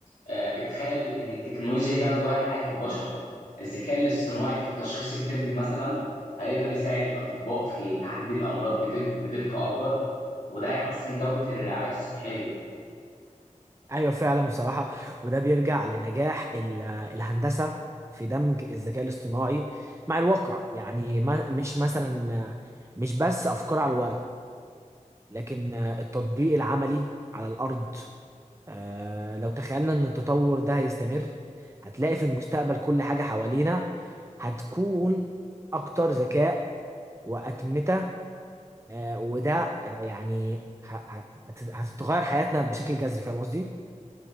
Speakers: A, on the left (about 85°); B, on the right (about 20°).
A: آه، بتخيل ان التكنولوجيا دي هتغير حياة البشر الذكاء الاصطناعي في التشخيص الطبي مثلا هيقدر يساعد الأطباء في تحديد الأمراض بدق- بدقة أكبر وده هيحسن جودة الرعاية الصحية
B: ايوه فعلا بصراحه وده بيرجع لنجاح ال- الهندسه في دمج الذكاء الاصطناعي مع الواقع يعني ما مش مثلا مش بس افكار على الورق لكن التطبيق العملي على الارض آه، لو تخيلنا ان التطور ده هيستمر هتلاقي في المستقبل كل حاجه حوالينا هتكون اكتر ذكاء واتمته آه، وده آه، يعني ه- ه- هت- هتتغير حياتنا بشكل جذري فاهم قصدي؟